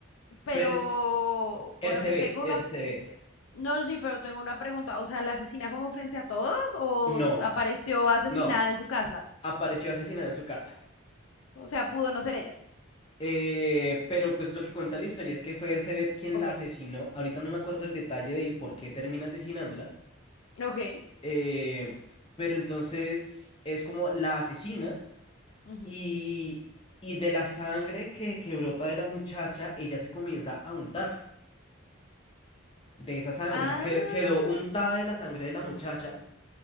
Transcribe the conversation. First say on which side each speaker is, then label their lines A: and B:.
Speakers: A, on the left; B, on the left.
A: Pero
B: Pero Ercebet,
A: eh, tengo
B: Ercebet.
A: una, no, sí, pero tengo una pregunta. O sea, ¿la asesina como frente a todos o
B: No,
A: apareció asesinada
B: No,
A: en su casa?
B: apareció asesinada en su casa.
A: O sea, pudo no ser ella.
B: Eh, pero pues lo que cuenta la historia es que fue Ercebet quien
A: Ok,
B: la asesinó. Ahorita no me acuerdo el detalle del por qué termina asesinándola.
A: ok.
B: Eh, pero entonces es como la asesina
A: ujú.
B: y, y de la sangre que, que brota de la muchacha, ella se comienza a untar de esa sangre.
A: Ah,
B: O sea, que- quedó untada de la sangre de la muchacha